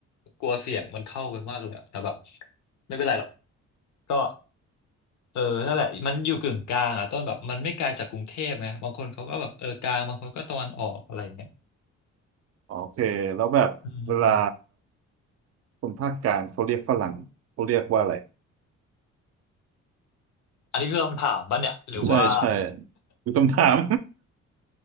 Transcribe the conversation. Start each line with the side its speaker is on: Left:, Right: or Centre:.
Left: กลัวเสียงมันเข้ากันมากเลยอะแต่แบบไม่เป็นไรหรอกก็ เออนั่นแหละมันอยู่กึ่งกลางอ่ะต้นแบบมันไม่ไกลจากกรุงเทพไงบางคนเขาก็แบบเออกลางบางคนก็ตะวันออกอะไรอย่างเงี้ย
Right: อ๋อโอเคแล้วแบบเวลา
Left: อืม
Right: คนภาคกลางเขาเรียกฝรั่งเขาเรียกว่าอะไร
Left: อันนี้คือคำถามป่ะเนี่ยหรือว่า
Right: ใช่ใช่มีคำถาม